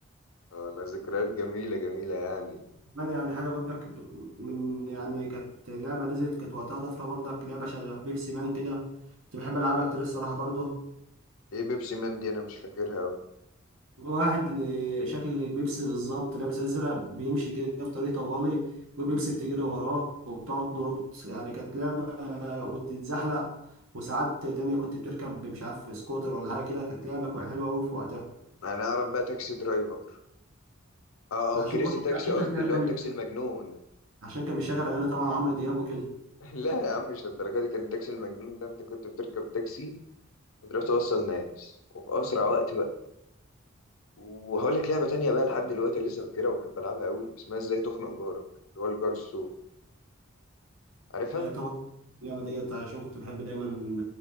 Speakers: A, on the left; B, on the right.
A: اه لا ذكريات جميله جميله يعني
B: كمان يعني حاجة برضك من يعني كانت لعبة نزلت كانت وقتها طفرة برضك لعبة شغالة بيبسي مان كده كنت بحب ألعبها كتير الصراحة برضه
A: ايه بيبسي مان دي انا مش فاكرها أوي.
B: واحد ل- شكل البيبسي بالظبط لابس أزرق بيمشي كده في طريق طوالي والبيبسي بتجري وراه وبتقعد تنط يعني كانت لعبة وتتزحلق وساعات تانية كنت بتركب مش عارف سكوتر ولا حاجة كده كانت لعبة كو- حلوة أوي في وقتها
A: انا اعرف بقى تاكسي درايفر اه او
B: عشان
A: كريزي
B: كنت
A: تاكسي
B: عشان
A: قصدي
B: كان فيها
A: اللي
B: غني
A: هو التاكسي المجنون
B: عشان كان بيشغل اغاني طبعا عمرو دياب وكده
A: <laughs> لا يا عم مش للدرجه دي كان التاكسي المجنون ده انت كنت بتركب تاكسي وتروح توصل ناس وفي اسرع وقت بقى وهقول لك لعبه تانية بقى لحد دلوقتي لسه فاكرها وبحب العبها قوي اسمها ازاي تخنق جارك اللي هو الجار السوء عارفها
B: هي طبعا اللعبه ديت عشان كنت بحب دايما